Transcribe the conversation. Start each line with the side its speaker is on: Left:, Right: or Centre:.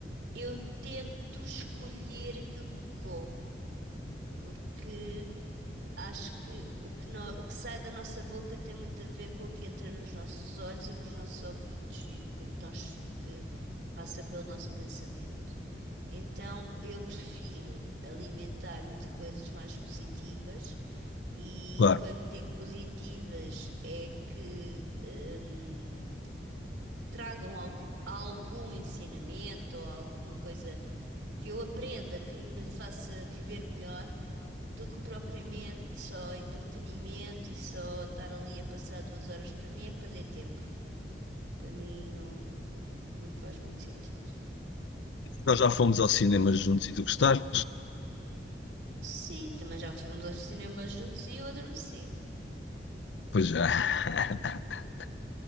Right: Eu tento escolher aquilo que como, porque Acho que o que, no- o que sai da nossa boca tem muito a ver com o que entra nos nossos olhos e nos nossos ouvidos e com o que nós que passa pelo nosso pensamento. Então, eu prefiro alimentar-me de coisas mais positivas e
Left: claro
Right: quando digo positivas é que hum, tragam algu- algum ensinamento ou alguma coisa que eu aprenda que me faça viver melhor do que propriamente só entretenimento e só estar ali a passar duas horas para mim é perder tempo. Para mim não, não me faz muito sentido.
Left: Nós já fomos ao cinema juntos e tu gostaste?
Right: Sim, também já fomos aos cinemas juntos e eu adormeci.
Left: Pois já. <laughs>